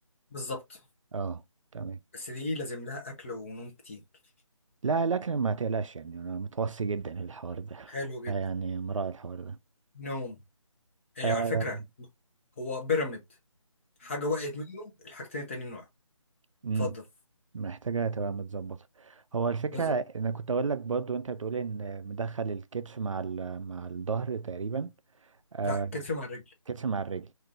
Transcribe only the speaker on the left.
بالظبط
بس دي لازم لها اكل ونوم كتير
حلو
جدا
نوم ايه
على فكره هو بيراميد حاجه وقعت منه الحاجتين التانيين وقعوا
اتفضل
بالظبط
لا كتف مع الرجل